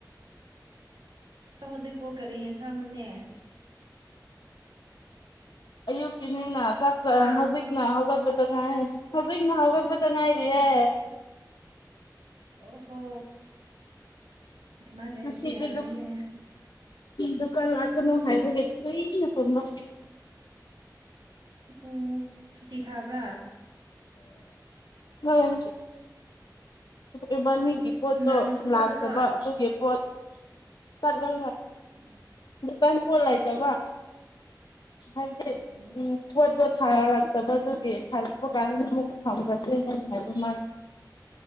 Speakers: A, on the right; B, on the left.
A: ꯑꯗꯣ ꯍꯧꯖꯤꯛꯄꯣ ꯀꯔꯤ ꯌꯦꯟꯁꯥꯡꯅꯣꯅꯦ
B: ꯑꯌꯨꯛꯀꯤꯅꯤꯅ ꯆꯥꯛ ꯆꯔꯥ
A: ꯍꯥ
B: ꯍꯧꯖꯤꯛꯅ ꯍꯧꯒꯠꯄꯥ ꯉꯥꯏ ꯍꯧꯖꯤꯛꯅ ꯍꯧꯒꯠ ꯄꯗꯥ ꯉꯥꯏꯔꯤꯌꯦ
A: ꯑꯣ ꯍꯣ ꯑꯗꯨꯃꯥꯏꯅ ꯂꯩꯔꯗꯤ
B: ꯉꯁꯤꯗꯤ
A: ꯌꯥꯔꯣꯏꯅꯦ
B: ꯗꯨꯛ ꯗꯨꯀꯥꯟ ꯂꯥꯛꯀꯅꯨ ꯍꯥꯏꯕꯒꯦ ꯀꯨꯏꯅ ꯇꯨꯝꯕꯥ
A: ꯑꯣ ꯁꯨꯇꯤ ꯊꯥꯕ꯭ꯔꯥ
B: ꯍꯣꯏ ꯏꯕꯥꯟꯅꯤ ꯄꯣꯠꯇꯣ
A: ꯅꯨꯡꯗꯥꯡꯗꯁꯨ ꯆꯠꯂꯔꯣꯏ
B: ꯂꯥꯛꯇꯕ ꯑꯗꯨꯒꯤ ꯄꯣꯠ ꯆꯠꯂ
A: ꯎꯝ
B: ꯗꯨꯀꯥꯟ ꯄꯣꯠ ꯂꯩꯇꯕ ꯍꯥꯏꯕꯗꯤ
A: ꯑꯣ
B: ꯎꯝ ꯄꯣꯠꯇꯣ ꯊꯥꯔꯛꯇꯕꯗꯨꯒꯤ ꯊꯥꯔꯛꯄ ꯀꯥꯟꯗꯅ ꯑꯃꯨꯛ ꯐꯪꯈ꯭ꯔꯁꯦꯅ ꯍꯥꯏꯕ ꯃꯥꯅꯥ